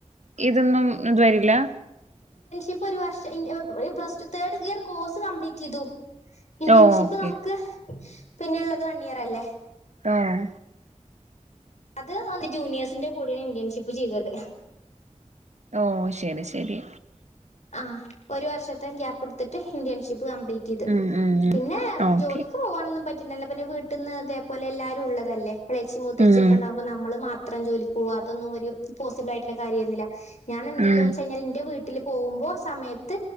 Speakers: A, on the right (about 65°); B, on the left (about 65°).
A: ഇതൊന്നും ഇത് വരൂല്ലാ
B: ഇപ്പൊ ഒരു വർഷം intern plus two third year course complete ചെയ്തു ഇന്റേൺഷിപ്പ്
A: ഓ ഓക്കെ
B: നമുക്ക് പിന്നെയുള്ളത് വൺ ഇയർ തല്ലേ
A: ആഹ്
B: അത് ഒന്ന് ജൂനിയേഴ്സിന്റെ കൂടെയാണ് ഇന്റേൺഷിപ്പ് ചെയ്തത്
A: ഓ ശരി ശെരി
B: ആഹ് ഒരു വർഷത്തെ ഗ്യാപ്പ് എടുത്തിട്ട് ഇന്റേൺഷിപ്പ് കംപ്ലീറ്റ് ചെയ്ത്
A: ഉം ഉം
B: പിന്നെ
A: ഓക്കെ
B: ജോലിക്ക് പോകാനൊന്നും പറ്റി പിന്നല്ലെ പിന്നെ വീട്ടീന്ന് ഇതേപോലെ എല്ലാരും ഉള്ളതല്ലേ ഇളേച്ചി മൂത്തേചിക്കൊണ്ടാകുമ്പോ
A: ഉം
B: നമ്മള് മാത് അത്രയും ജോലിക്ക് പോകാത്തെ തൊന്നും ഒരു പോസിബിൾ ആയിട്ടുള്ള കാര്യായിരുന്നില്ല ഞാൻ എന്ത്
A: ഉം
B: ചെയ് വെച്ചാഴിഞ്ഞാൽ എന്റെ വീട്ടില് പോകുമ്പോ സമയത്ത്